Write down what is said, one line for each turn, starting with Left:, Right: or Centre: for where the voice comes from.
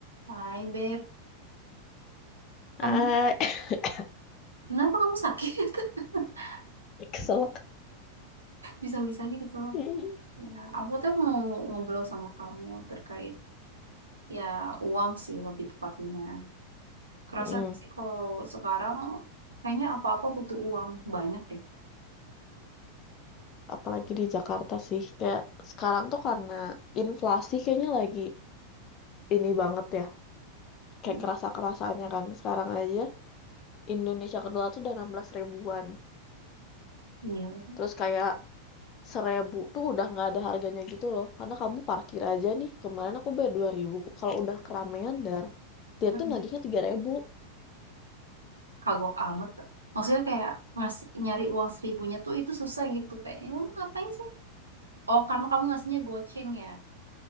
Right: Hai Beb, kamu
Left: Ah, <laughs>
Right: kenapa kamu sakit? <laughs>
Left: keselak.
Right: Bisa-bisanya kecewa.
Left: <coughs>
Right: Ya, aku tuh mau ngobrol sama kamu terkait ya uang sih lebih tepatnya. Kerasa
Left: Mm.
Right: sih kalau sekarang kayaknya apa-apa butuh uang banyak deh.
Left: Apalagi di Jakarta sih, kayak sekarang tuh karena inflasi kayaknya lagi ini banget ya, kayak
Right: Mm-mm.
Left: kerasa-kerasanya kan. Sekarang aja Indonesia kedua tuh udah 16 ribuan.
Right: Iya,
Left: Terus kayak seribu tuh udah nggak ada harganya gitu loh. Karena kamu parkir aja nih, kemarin aku bayar dua ribu Kalau udah keramaian dar, dia
Right: Mm.
Left: tuh nagihnya 3000.
Right: kagok amat. Maksudnya kayak ngasih nyari uang seribunya tuh itu susah gitu kayak, ya udah ngapain sih? Oh, karena kamu ngasihnya goceng ya.